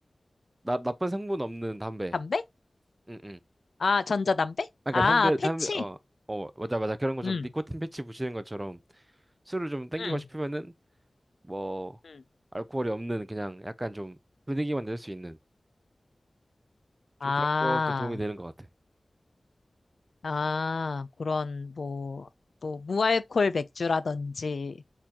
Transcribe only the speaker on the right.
나, 나쁜 성분 없는 담배.
응, 응.
아,
그러니까 담배 담배
어, 어 맞아 맞아 그런 거 좀
니코틴 패치 붙이는 것처럼 술을 좀 땡기고
싶으면은 뭐
알코올이 없는 그냥 약간 좀 분위기만 낼 수 있는 좀
그런 것도 도움이 되는 것 같아.